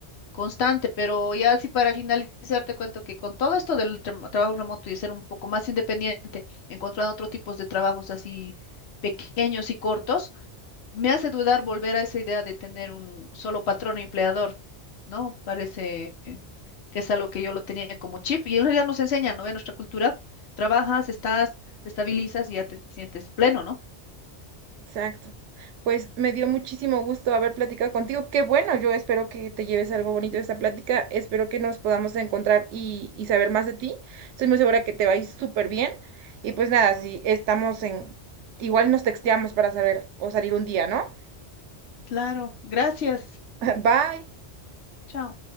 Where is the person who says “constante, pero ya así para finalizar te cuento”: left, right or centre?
Left